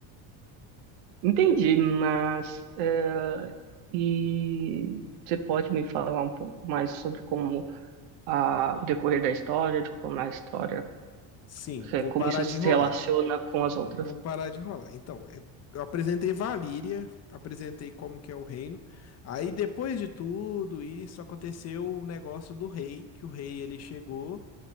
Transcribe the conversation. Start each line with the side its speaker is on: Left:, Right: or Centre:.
Right: Entendi, mas eh, e você pode me falar um pouco mais sobre como a, o decorrer da história, de como a história,
Left: Sim,
Right: eh,
Left: vou
Right: como
Left: parar
Right: isso
Left: de
Right: se
Left: enrolar.
Right: relaciona com as outras?
Left: Vou parar de enrolar. Então, é- eu apresentei Valíria, apresentei como que é o reino. Aí, depois de tudo isso, aconteceu o negócio do rei, que o rei, ele chegou,